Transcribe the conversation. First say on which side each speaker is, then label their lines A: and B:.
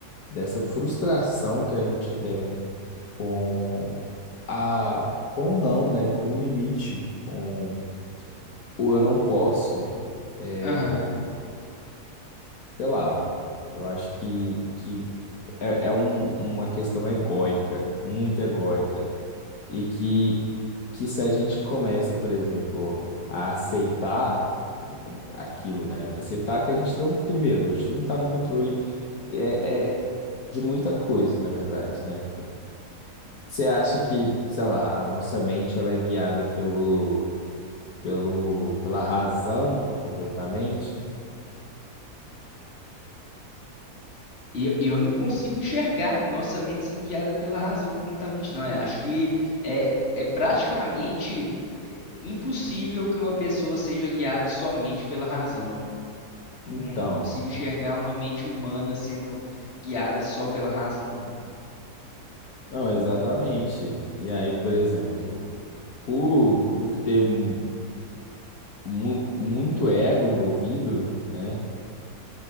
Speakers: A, on the left; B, on the left.
A: dessa frustração que a gente tem com a, com o não, né? Com o limite, com o eu não posso, é,
B: Aham.
A: sei lá, eu acho que, que é, é um- uma questão egóica, muito egóica, e que, que se a gente começa, por exemplo, a aceitar aquilo, né? Aceitar que a gente não, primeiro, a gente não está no controle é, é de muita coisa, na verdade, né? Você acha que, sei lá, a nossa mente ela é guiada pelo, pelo, pela razão completamente?
B: Eu, eu não consigo enxergar nossa mente sendo guiada pela razão completamente, não. Eu acho que é, é praticamente impossível que uma pessoa seja guiada somente pela razão. Eu
A: Então,
B: não, não consigo enxergar uma mente humana sendo guiada só pela razão, não.
A: não, exatamente. E aí, por exemplo, por, por ter mu- mu- muito ego envolvido, né?